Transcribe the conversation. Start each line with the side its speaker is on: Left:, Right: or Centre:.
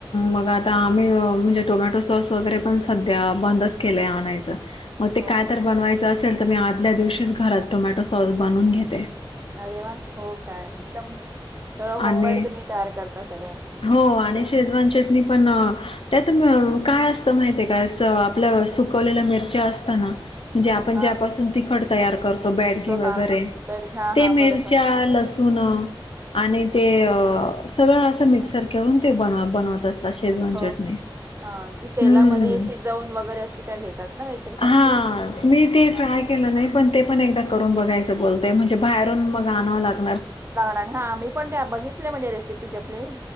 Left: मग आता आम्ही म्हणजे टोमॅटो सॉस वगैरे पण सध्या बंदच केलंय आणायचं मग ते
Right: हो
Left: काय
Right: का
Left: तर बनवायचं असेल तर मी आदल्या दिवशीच घरात टोमॅटो सॉस बनवून घेते
Right: अरे वा हो काय एकदम सों होमवर्क
Left: आणि
Right: मी तयार करता सगळं
Left: हो
Right: ओके
Left: आणि शेजवान चटणी पण त्यात काय असतं माहि आहे काय अस आपलं सुकवलेल्या मिरच्या असत ना म्हणजे
Right: असं
Left: आपण
Right: हा
Left: ज्यापासून तिखट तयार करतो बॅडगे वगैरे
Right: हा बेड घ्या
Left: ते
Right: हा
Left: मिरच्या
Right: बरोबर
Left: लसण आणि ते सगळ अस मिक्सर करून ते बन बन असता शेजवान
Right: हो
Left: चटणी
Right: हा ती तेलामध्ये
Left: हम्म.
Right: शिजवून वगैरे अशी काय घेतात ना काहीतर कमती
Left: हां. मी ते
Right: हा
Left: ट्राय केलं नाही पण ते पण एकदा करून बघायचं बोलतय म्हणजे बाहेरून मग आणावं लागत
Right: काग हा मी पण त्या बघितले म्हणजे रेसिपीचे आपली